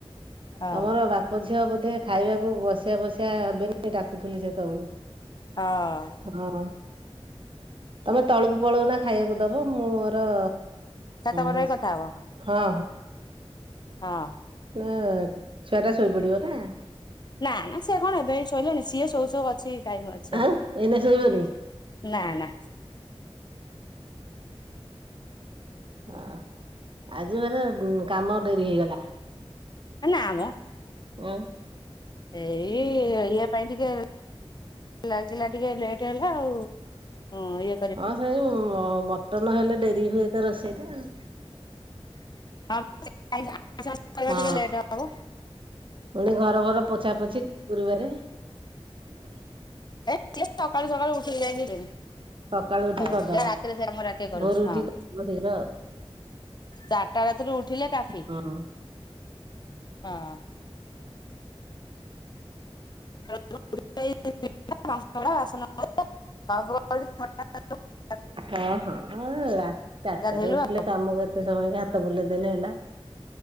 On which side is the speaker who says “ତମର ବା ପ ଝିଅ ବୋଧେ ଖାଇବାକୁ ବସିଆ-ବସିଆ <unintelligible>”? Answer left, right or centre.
Right